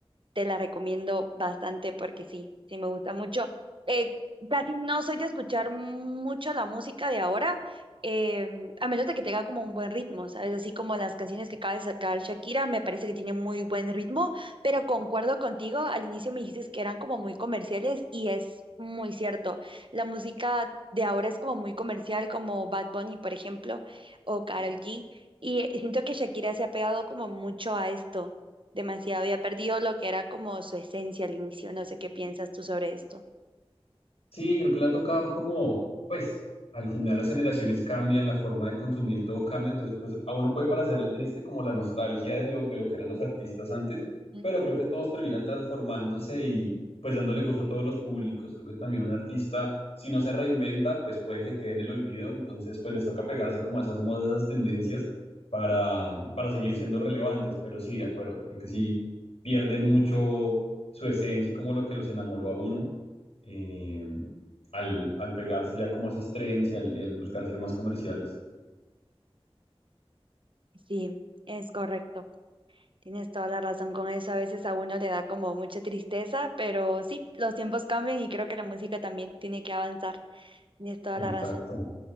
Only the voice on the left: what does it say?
Sí, creo que le ha tocado como, pues, al final las generaciones cambian, la forma de consumir todo cambia, entonces, pues, a uno puede parecerle triste como la nostalgia de lo, de lo que eran los artistas antes,
pero creo que todos terminan transformándose y, pues, dándole gusto a todos los públicos. Creo que también un artista, si no se reinventa, pues puede que quede en el olvido, entonces, pues, les toca pegarse como a esas modas, esas tendencias para, mm, para seguir siendo relevantes, pero sí, de acuerdo, creo que sí pierden mucho su esencia y como lo que los enamoró a uno eh, al, al pegarse ya como a esas trends y al, y al buscar ser más comerciales.
Exacto,